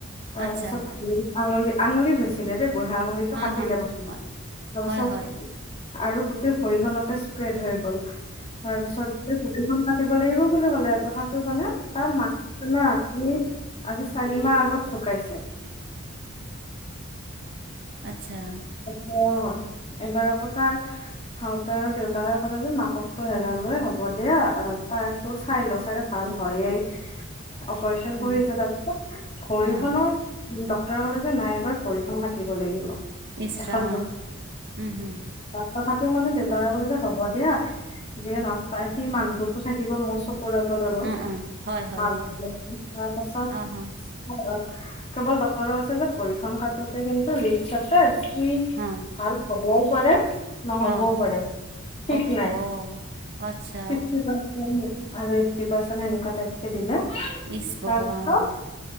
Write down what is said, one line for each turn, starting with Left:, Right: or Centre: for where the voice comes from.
Left: তাৰ
Right: আচ্ছা
Left: পাছত আঙুলি, আঙুলিত হৈছিলে দে বুঢ়া আঙুলিতটো
Right: হা
Left: কাটিলে
Right: হা
Left: প্ৰথমে,
Right: হয়
Left: তাপাছত
Right: হয় হয়
Left: আৰু গোটেই ভৰি খনতে স্প্ৰেড হৈ গ'ল। তাৰপিছতে ভৰি পাতিব লাগিব বুলি ক'লে তথাপিও মানে তাৰ মাক তোনে আমি আজি চা চাৰি মাহ আগত ঢুকাইছে।
Right: আতছা।
Left: অ' এইবাৰ আকৌ তাৰ হাউতে আৰু দেউতাই ক'লে যে মাককতো হেৰালোৱে হ'ব দিয়া তাকটো চাই ল' চাগে ভাল উ হয়ে। অপাৰশ্যন
Right: অ,
Left: কৰি আছে তাপিছত ভৰিখনৰ
Right: অ,
Left: ডক ডক্টৱে ক'লে যে নাই এবাৰ ভৰিখন কাটিব লাগিব।
Right: ইচৰা
Left: এখন ভৰি
Right: উ, হ।
Left: তথাপিও মানে দেউতাকে ক'লে যে হ'ব দিয়া যিনক তাৰ, সি মানুহটোতো থাকিব মোৰ চক পোৰা গত আৰু
Right: অ, অ, হয়, হয়,
Left: মাক
Right: হয়।
Left: <unintelligible> তাৰ পাছত
Right: আহা,
Left: <unintelligible> কেৱল ডক্টৰে কৈছে যে ভৰিখন কাটোতে কিন্তু ৰিক্স আছে, সি
Right: অ,
Left: ভাল পা বও পাৰে। নহ'বও
Right: অ,
Left: পাৰে ঠিক
Right: অহ!
Left: নাই
Right: আচ্ছা,
Left: <unintelligible> আৰু এইট্টি পাৰ্চেণে এনেকুৱা টাইপকে দিলে।
Right: ইছ ভগৱান
Left: তাৰপিছত